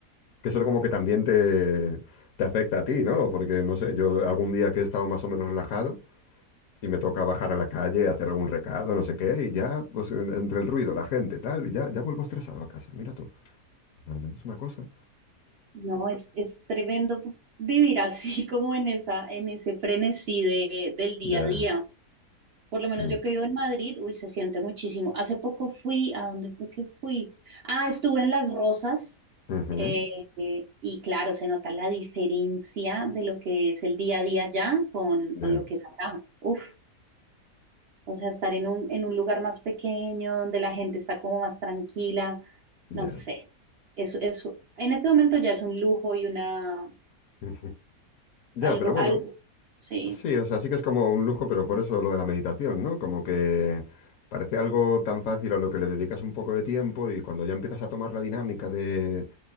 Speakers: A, on the left; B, on the right.
A: Que eso como que también te, te afecta a ti, ¿no? Porque no sé, yo algún día que he estado más o menos relajado. Y me toca bajar a la calle, hacer algún recado, no sé qué, y ya, pues en- entre el ruido, la gente, tal, y ya, ya vuelvo estresado a casa. Mira tú, Ah, es una cosa.
B: No, es, es tremendo vivir así <laughs> como en esa, en ese frenesí de, del día
A: Ya,
B: a día. Por lo menos
A: mm,
B: yo que vivo en Madrid, uy, se siente muchísimo. Hace poco fui, ¿a dónde fue que fui? Ah, estuve en Las Rosas
A: ujú,
B: eh, eh, y claro, se nota la diferencia de lo que es el día a día allá con,
A: ya,
B: con lo que es acá. Uf, o sea, estar en un, en un lugar más pequeño, donde la gente está como más tranquila,
A: ya,
B: no sé. Eso, eso, en este momento ya es un lujo y una
A: ujú. Ya,
B: Algo,
A: pero bueno,
B: algo, sí.
A: sí, o sea, sí que es como un lujo, pero por eso lo de la meditación, ¿no? Como que parece algo tan fácil a lo que le dedicas un poco de tiempo y cuando ya empiezas a tomar la dinámica de,